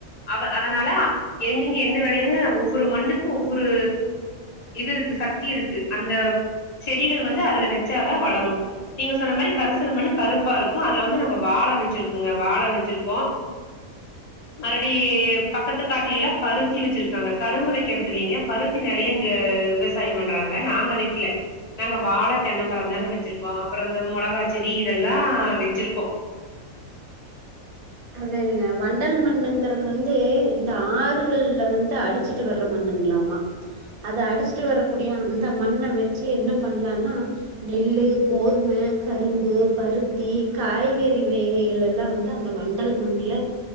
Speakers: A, on the left; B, on the right.
A: அவ அதனால எங்கங்க என்ன வேிலையன்னு ஒவ்வொரு மண்ணுக்கு ஒவ்வொரு இது இருக்கு சக்தி இருக்கு அந்த செடிகள் வந்து அதுல வச்சாதான் வளரும் நீங்க சொன்ன மாதிரி கரிசல் மண் கருப்பா இருக்கும் அதுல வந்து நாங்க வாழ வச்சிருக்கங்க வாழ வச்சிருக்கோம் மறுடி பக்கத்து காட்டுல எல்லாம் பருத்தி வச்சிருக்காங்க கரும்பு வைக்கிறது இல்லங்க பருத்தி நறைய விவசாயம் பண்றாங்க நாங்க வைக்கல நாங்க வாழ தென்ன மரம் தாங்க வச்சிருக்கோம் அப்புறம் இந்த மிளகா செடி இதெல்லாம் வச்சிருக்கோம்
B: அதனுங்கா வண்டல் மண்ணுங்கறிறது வந்து இந்த ஆறுகள்ல வந்து அடுத் வச்சிட்டு வர மண்ணனுங்களாமா அத அடிச்சுட்டு வரக்கூடிய அந்த மண்ண வச்சு என்ன பண்ணலனா நெல்லு கோதும கரும்பு பருத்தி காய்கறி வேகைகள் எல்லாம் வந்து அந்த மாதிரி மண்டல் மண்ல